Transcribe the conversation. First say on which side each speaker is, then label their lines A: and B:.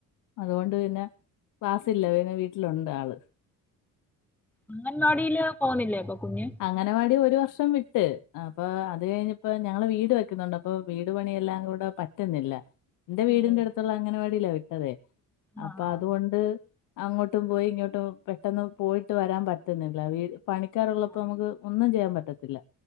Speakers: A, on the left (about 65°); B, in the centre.
A: അതു കൊണ്ട് പിന്നെ ക്ലാസ്സില്ല പിന്നെ വീട്ടിലുണ്ട് ആള്
B: അംഗൻവാടിയില് പോവുന്നില്ലേ അപ്പൊ കുഞ്ഞ്
A: അംഗനവാടി ഒരു വർഷം വിട്ട് അപ്പൊ അത് കഴിഞ്ഞപ്പോ ഞങ്ങള് വീട് വെക്കുന്നുണ്ട് അപ്പോ വീട് പണിയെല്ലാം കൂടെ പറ്റ പറ്റുന്നില്ല എന്റെ
B: ഓ
A: വീടിന്റെ അടുത്തുള്ള അംഗനവാടിയിലാ വിട്ടതേ അപ്പൊ
B: ആഹ്
A: അതുകൊണ്ട് അങ്ങോട്ടും പോയി ഇങ്ങോട്ടും പെട്ടെന്ന് പോയിട്ട് വരാൻ പറ്റുന്നില്ല വീ പണിക്കാരുള്ള
B: ആഹ്
A: അപ്പൊ നമുക്ക് ഒന്നും ചെയ്യാൻ പറ്റത്തില്ല